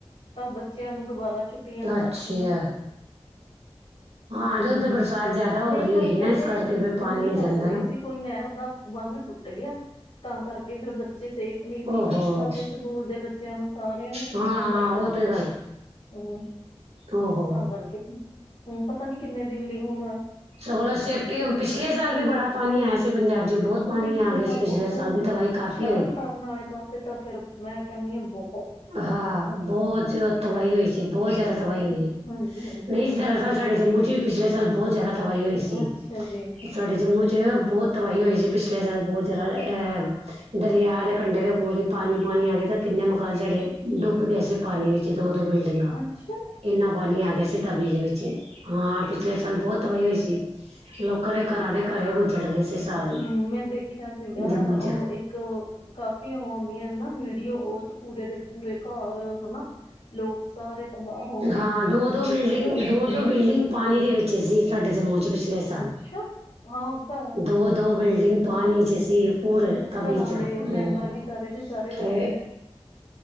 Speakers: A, on the left; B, on the right.
A: ਤਾਂ ਉਹ ਬੱਚਿਆਂ ਨੂੰ ਦੁਬਾਰਾ ਛੁੱਟੀਆਂ
B: ਅਛਿਆ
A: ਕਰਤੀਆਂ
B: ਹਾਂ ੳਦੁੱਧ ਬਰਸਾਤ ਜਿਆਦਾ ਹੋ
A: ਨਹੀਂ
B: ਰਹੀ
A: ਕੋਈ
B: ਹੋਗੀ
A: ਕਹਿੰਦੇ
B: ਨਾ ਇਸ ਕਰਕੇ
A: ਮ-
B: ਫੇਰ ਪਾਣੀ
A: ਮੰਮੀ ਦੱਸ
B: ਆ ਜਾਂਦਾ
A: ਰਹੇ
B: ਨਾ।
A: ਸੀ ਕੋਈ ਨਹਿਰ ਦਾ ਬੰਨ ਟੁੱਟ ਗਿਆ ਤਾਂ ਕਰਕੇ ਫੇਰ ਬੱਚੇ ਸੇਫ ਨਹੀ
B: ਓਹੋ
A: ਸੀ ਨਾ ਤਾਂ ਫਿਰ ਸਕੂਲ ਦੇ ਬੱਚਿਆਂ ਨੂੰ ਸਾਰਿਆਂ ਨੇ ਛੁੱਟੀਆਂ
B: ਹਾਂ
A: ਪਾਈਆਂ।
B: ਉਹ ਤੇ ਗੱਲ
A: ਹੂੰ,
B: ਓਹੋ
A: ਤਾਂ ਕਰਕੇ, ਹੂੰ ਪਤਾ ਨੀ ਕਿਨੇ ਦਿਨ ਲਈ ਹੁਣ
B: ਸਗਲ ਸੇਫਟੀ ਪਿਛਲੇ ਸਾਲ ਵੀ ਬੜਾ ਪਾਨੀ ਆਯਾ ਸੀ। ਪੰਜਾਬ ਚ ਬਹੁਤ ਪਾਣੀ
A: ਪਿਛਲੇ
B: ਆ ਗਿਆ
A: ਸਾਲ
B: ਸੀ ਪਿਛਲੇ
A: ਉੱਧਰ
B: ਸਾਲ ਵੀ ਤਵਾਹੀ ਕਾਫ਼ੀ
A: ਤਰਨ
B: ਹੋਏ
A: ਤਾਰਨ ਵਾਲੇ ਪਾਸੇ ਤਾਂ ਫੇਰ ਮੈਂ ਕਹਿੰਨੀ ਆਂ ਬ
B: ਹਾ, ਬਹੁਤ ਜੋ ਤਬਾਹੀ ਹੋਈ ਸੀ ਬਹੁਤ ਜ਼ਿਆਦਾ ਤਬਾਹੀ ਹੋਈ,
A: ਹਾਂਜੀ ਹਾਂਜੀ
B: ਨਹੀਂ ਦਰਅਸਲ ਸਾਡੇ ਜੰਮੂ ਚ ਵੀ ਪਿਛਲੇ ਸਾਲ ਬਹੁਤ ਜ਼ਿਆਦਾ ਤਬਾਹੀ ਹੋਈ ਸੀ।
A: ਅੱਛਾ ਜੀ
B: ਸਾਡੇ ਜੰਮੂ ਚ ਬਹੁਤ ਤਬਾਹੀ ਹੋਈ ਸੀ ਪਿਛਲੇ ਸਾਲ ਬਹੁਤ ਜ਼ਿਆਦਾ ਅਹ ਦਰਿਆ ਦੇ ਕੰਢੇ ਦੇ ਕੋਲ ਹੀ ਪਾਨੀ ਪਾਨੀ ਆ ਗਏ ਤਾਂ ਕਿੰਨੇ ਮਕਾਨ ਸਾਡੇ ਡੁੱਬ ਗਏ ਸੀ ਪਾਨੀ ਵਿੱਚ ਦੋ ਦੋ ਬਿਲਡਿੰਗਾਂ।
A: ਅੱਛਾ।
B: ਇੰਨਾ ਪਾਨੀ ਆ ਗਿਆ ਸੀ ਤਬੀ ਦੇ ਵਿੱਚ ਹਾਂ ਪਿਛਲੇ ਸਾਲ ਬਹੁਤ ਤਬਾਹੀ ਹੋਈ ਸੀ। ਲੋਕਾਂ ਦੇ ਘਰਾਂ ਦੇ ਘਰ ਉੱਜੜ ਗਏ ਸੀ। ਸਾਰੇ
A: ਹੁੰ ਮੈਂ ਦੇਖਿਆ ਸੀਗਾ
B: ਜੰਮੂ
A: ਉਹ
B: ਚ
A: ਇੱਕ ਕਾਫੀ ਉਹ ਆਉਂਦੀਆਂ ਨਾ ਡੀਓ ਉਹ ਚ ਪੂਰੇ ਦੇ ਪੂਰੇ ਘਰ ਹਨਾ ਲੋਕ ਸਾਰੇ ਤਬਾਹ ਹੋ ਗਏ।
B: ਹਾਂ ਦੋ ਦੋ ਵ, <unintelligible> ਦੋ ਦੋ ਬਿਲਡਿੰਗ ਪਾਨੀ ਦੇ ਵਿੱਚ ਸੀ ਸਾਡੇ ਜੰਮੂ ਚ ਪ ਪਿਛਲੇ ਸਾਲ,
A: ਅੱਛਾ ਹਾਂ ਘਰ
B: ਦੋ ਦੋ ਬਿਲਡਿੰਗ ਪਾਨੀ
A: ਹੂੰ
B: ਚ ਸੀ ਪੂਰੇ ਤਬੀ
A: ਘਰਾਂ
B: ਚ
A: ਦੇ
B: ਹਮ
A: ਮੈਂਬਰ ਵੀ ਸਾਰੇ ਦੇ ਸਾਰੇ ਰੁੜ
B: ਤੇ
A: ਗਏ